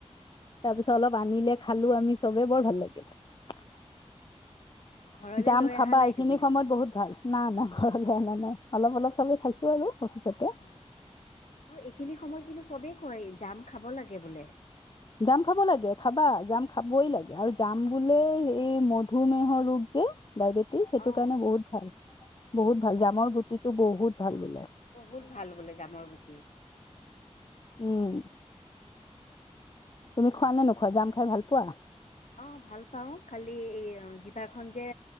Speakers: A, on the left; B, on the left.
A: খাইছে
B: তাৰপিছত অলপ আনিলে খালো আমি চবে বৰ ভাল লাগিল
A: ঘৰলে
B: জাম
A: লৈ
B: খাবা
A: অহা নাই
B: এইখিনি
A: তুমি
B: সময়ত বহুত ভাল নাই না ঘৰলৈ অনা নাই অলপ অলপ চাবেই খাইছো আৰু অফিচতে
A: অ অ এইখিনি সময়ত কিন্তু চবেই কয় জাম খাব লাগে বোলে
B: জাম খাব লাগে খাবা জাম খাবই লাগে আৰু জাম বোলে এই মধুমেহৰ ৰোগ যে <unintelligible> ডায়েবেটিছ সেইটো
A: অ
B: কাৰণে বহুত ভাল বহুত ভাল জামৰ গুটিটো বহুত ভাল বোলে
A: বহুত ভাল বোলে জামৰ গুটি
B: উম তুমি খোৱা নে নোখোৱা জাম খাই ভাল পোৱা
A: অ 'ভাল পাওঁ খালি এ জিভাখনন যে